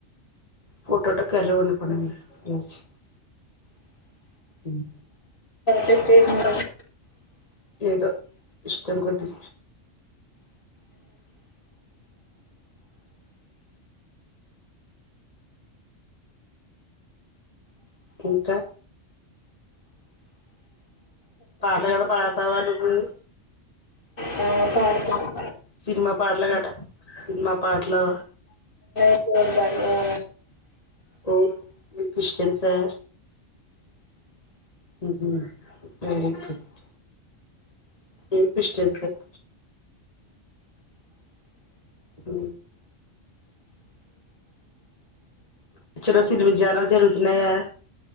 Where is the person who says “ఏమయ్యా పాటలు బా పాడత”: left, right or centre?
Left